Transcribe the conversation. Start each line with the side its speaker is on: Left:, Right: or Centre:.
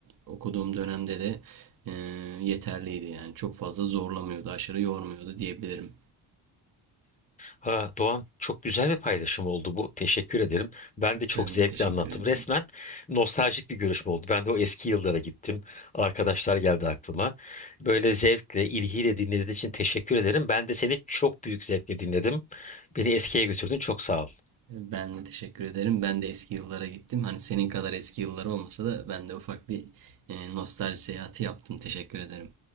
Right: okuduğum dönemde de e, yeterliydi yani. Çok fazla zorlamıyordu, aşırı yormuyordu diyebilirim.
Left: Ha, Doğan çok güzel bir paylaşım oldu bu. Teşekkür ederim. Ben de çok
Right: Ben
Left: zevkle
Right: de teşekkür
Left: anlattım.
Right: ederim.
Left: Resmen nostaljik bir görüşme oldu. Ben de o eski yıllara gittim. Arkadaşlar geldi aklıma. Böyle zevkle, ilgiyle dinlediğin için teşekkür ederim. Ben de seni çok büyük zevkle dinledim. Beni eskiye götürdün. Çok sağ ol.
Right: Ben de teşekkür ederim. Ben de eski yıllara gittim. Hani senin kadar eski yılları olmasa da ben de ufak bir e, nostalji seyahati yaptım. Teşekkür ederim.